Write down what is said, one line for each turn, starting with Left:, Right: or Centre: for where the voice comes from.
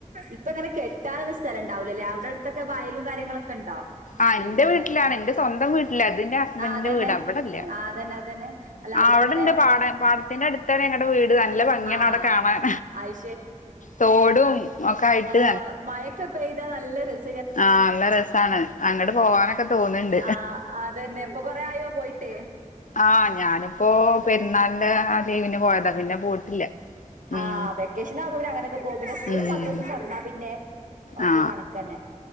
Right: ഇപ്പോ അങ്ങനെ കെട്ടാനൊന്നും സ്ഥലംണ്ടാവൂലല്ലേ അവിടെ അടുത്തൊക്കെ വയലും കാര്യങ്ങളൊക്കെ ഇണ്ടോ
Left: ആഹ്
Right: ഈ
Left: എന്റെ
Right: പിന്നെ
Left: വീട്ടിലാണ് എന്റെ സ്വ സ്വന്തം വീട്ടിലാ അതിന്റെ ഹസ്ബൻഡിന്റെ
Right: ആഹ് അതന്നെ
Left: വീട് അവിടല്ല
Right: ആഹ് അതന്നെ അതന്നെ അല്ല
Left: ആ
Right: അവിടെ
Left: അവടെണ്ട്
Right: അങ്ങനെ
Left: പാടം പാടത്തിന്റെ അടുത്താണ് ഞങ്ങടെ വീട് നല്ല ഭംഗിയാണ്
Right: ആഹ്
Left: അവടെ കാണാൻ
Right: അത്
Left: തോടും ഒക്കെ ആയിട്ട്
Right: ആ മഴക്കെ പെയ്താൽ നല്ല രസ
Left: ആഹ നല്ല രസാണ് അങ്ങോട്ട് പോകാനൊക്കെ തോന്നുന്നുണ്ട്
Right: ആഹ് അതന്നെ ഇപ്പൊ കൊറേ ആയോ പോയിട്ട്?
Left: ആഹ ഞാനിപ്പോ പെരുന്നാളിന്റ ആ ലീവിന് പോയതാ പിന്നെ പോയിട്ടില്ല ഉം
Right: ആ വെക്കേഷൻ ആകുമ്പം പിന്നെ അങ്ങനൊക്കെ പോകും പിന്നെ സ്കൂളും
Left: ഉം
Right: മദ്രാസും തുറന്നാ പിന്നെ ഒക്കെ
Left: ആ
Right: കണക്ക് തന്നെ